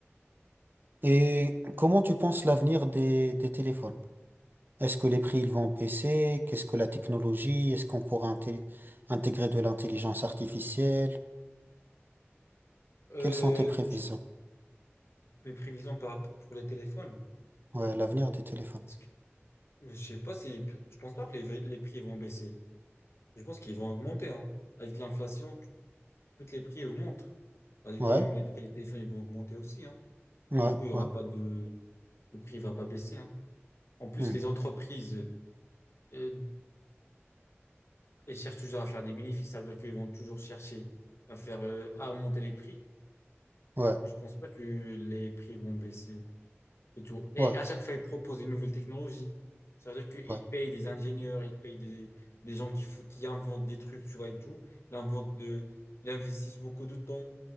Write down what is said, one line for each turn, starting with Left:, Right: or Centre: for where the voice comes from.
Right: Et comment tu penses l'avenir des, des téléphones? Est-ce que les prix ils vont baisser? Qu'est-ce que la technologie? Est-ce qu'on pourra inté- intégrer de l'intelligence artificielle?
Left: Euh,
Right: Quelles sont tes prévisions?
Left: je- mes prévisions par rapport pour les téléphones.
Right: Ouais, l'avenir des téléphones.
Left: Parce que je sais pas si, je pense pas que les, les prix vont baisser. Je pense qu'ils vont augmenter, hein, avec l'inflation. Toutes les prix augmentent. Bah, du
Right: Ouais,
Left: coup, même les prix des téléphones, ils vont augmenter aussi, hein.
Right: ouais,
Left: Bah, du coup, il y aura
Right: ouais,
Left: pas de, le prix va pas baisser, hein. En plus,
Right: hmm,
Left: les entreprises, euh, elles cherchent toujours à faire des bénéfices. Ça veut dire qu'ils vont toujours chercher à faire, euh, à monter les prix.
Right: ouais,
Left: Bah, du coup, je pense pas que les prix vont baisser et tout. Et
Right: ouais,
Left: à chaque fois, ils proposent une nouvelle technologie. Ça veut dire qu'ils
Right: ouais,
Left: payent des ingénieurs, ils payent des, des gens qui, f- qui inventent des trucs, tu vois, et tout. Ils inventent de, ils investissent beaucoup de temps.